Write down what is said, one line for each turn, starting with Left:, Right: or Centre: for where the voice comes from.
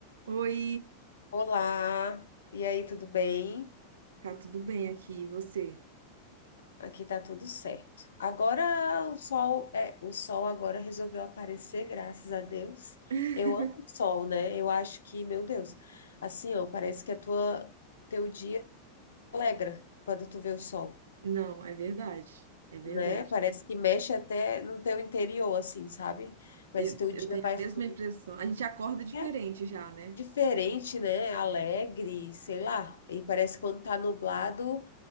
Right: Oi,
Left: Olá, e aí, tudo bem?
Right: tá tudo bem aqui, e você?
Left: Aqui tá tudo certo. Agora o sol, é, o sol agora resolveu aparecer, graças a Deus.
Right: <laughs>
Left: Eu amo o sol, né? Eu acho que, meu Deus, assim, ó, parece que a tua teu dia alegra quando tu vê o sol,
Right: Não, é verdade, é verdade.
Left: né? Parece que mexe até no teu interior, assim, sabe? Parece
Right: Eu,
Left: Mas teu
Right: eu
Left: dia
Right: tenho
Left: vai
Right: a mesma
Left: fluir,
Right: impressão. A gente acorda diferente
Left: é
Right: já, né?
Left: diferente, né? Alegre, sei lá. E parece que quando tá nublado,